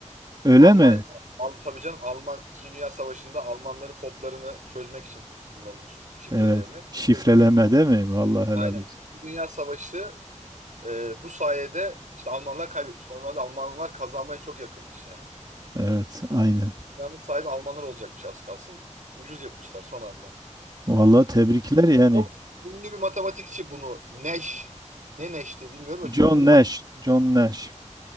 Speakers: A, on the right; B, on the right.
A: Öyle
B: Almanya,
A: mi?
B: Al, tabii canım Alman 2. Dünya Savaşı'nda Almanların kodlarını çözmek için kullanılmış şifrelerini.
A: Evet. Şifreleme
B: Bu Çözülmüş.
A: değil mi? Vallahi helal
B: Aynen.
A: olsun.
B: 2. Dünya Savaşı e, bu sayede işte Almanlar kaybetmiş. Normalde Almanlar kazanmaya çok yakınmış yani.
A: Evet, aynen.
B: Dünyanın sahibi Almanlar olacakmış az kalsın. Ucuz yırtmışlar son anda.
A: Vallahi tebrikler yani.
B: Çok ünlü bir matematikçi bunu. Nash. Ne Nash'ti bilmiyorum da
A: John
B: çok ünlü
A: Nash.
B: matematikçi.
A: John Nash.